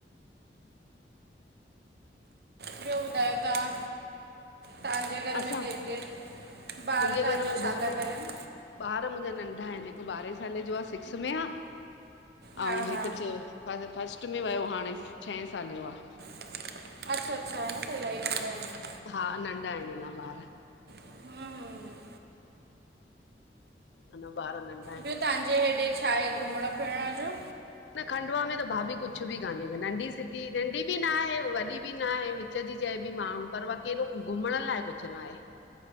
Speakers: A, on the right; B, on the left.
A: ॿियो ॿुधायो तव्हां? तव्हांजे घर
B: असां
A: में केर केर ॿार
B: मुंहिंजे
A: तव्हांजा
B: घर में ॿुधायोमांव
A: छा था करेन?
B: ॿार मुहिंजा नंढा आहिनि हिक ॿारहें साले जो आहे सिक्स में आ।
A: हा
B: ऐं हिक
A: हा
B: चो पहिंजे फस्ट में वयो हाणे छहे साले जो आहे
A: अच्छा अच्छा न त ईलाही नंढा आहिनि।
B: हा नंढा आहिन अञा ॿार।
A: हम्म, हम्म।
B: अञां ॿार नं।
A: ॿियों तव्हांजे हेॾे छा आहे घुमणु फिरण जो?
B: न खंडवा में त भाभी कुछ बि काने नंढी सिटी नंढी बि न आहे वॾी बि न आहे विच चजी चएबि माणु पर वाकी हेॾो घुमण लाइ कुछ नाहे।